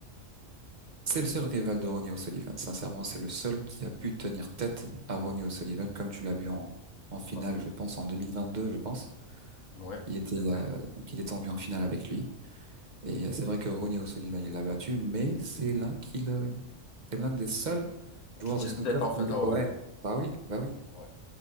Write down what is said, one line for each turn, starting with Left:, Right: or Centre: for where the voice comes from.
Right: C'est le seul rival de Ronnie O'Sullivan. Sincèrement, c'est le seul qui a pu tenir tête à Ronnie O'Sullivan, comme tu l'as vu en, en finale,
Left: Ouais,
Right: je pense, en 2022, je pense.
Left: Ouais,
Right: Il était,
Left: c'est vrai.
Right: euh, donc il est tombé en finale avec lui. Et euh, c'est vrai que Ronnie O'Sullivan, il l'a battu, mais c'est l'un qui le- c'est l'un des seuls joueurs
Left: Qui tient
Right: de snooker
Left: tête en fait
Right: qui le-
Left: à Owen.
Right: Ouais, bah oui, bah oui,
Left: Ouais.